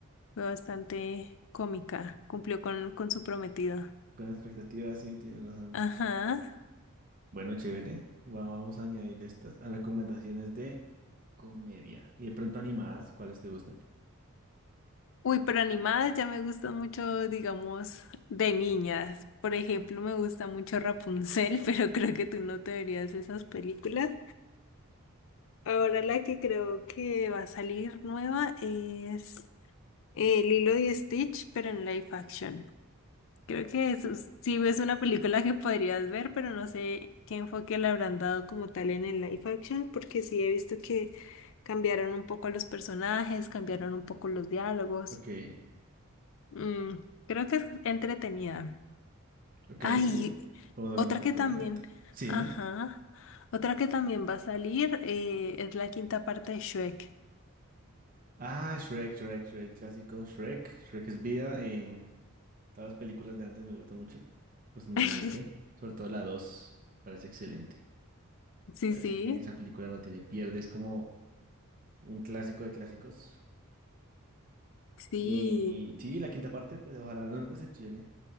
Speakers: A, on the left; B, on the right.
A: Fue bastante cómica, cumplió con, con su prometido.
B: Con expectativas, sí, tienes razón.
A: Ajá.
B: Bueno, chévere. Va- Vamos a añadir estas a recomendaciones de comedia y de pronto animadas, ¿cuáles te gustan?
A: Uy, pero animadas ya me gustan mucho, digamos, de niñas. Por ejemplo, me gusta mucho Rapunzel, <laughs> pero creo que tú no te verías esas películas. Ahora la que creo que va a salir nueva es eh, Lilo y Stitch, pero en live action. Creo que eso es- sí es una película que podrías ver, pero no sé qué enfoque le habrán dado como tal en el live action, porque sí he visto que cambiaron un poco a los personajes, cambiaron un poco los diálogos.
B: Ok.
A: Mm, creo que es entretenida.
B: Ok,
A: Ay,
B: sí. Podemos darle
A: otra
B: una oportunidad.
A: que también,
B: Sí,
A: ajá,
B: dime.
A: otra que también va a salir eh, es la quinta parte de Shrek.
B: Ah, Shrek, Shrek, Shrek, un clásico. Shrek, Shrek es vida. eh, todas las películas de antes me gustan mucho, personalmente.
A: <laughs>
B: Sobre todo la 2 parece excelente.
A: Sí,
B: Parece
A: sí,
B: que esa película no tiene pierde, es como un clásico de clásicos.
A: sí.
B: Y sí, la quinta parte, pues ojalá no nos decepcione.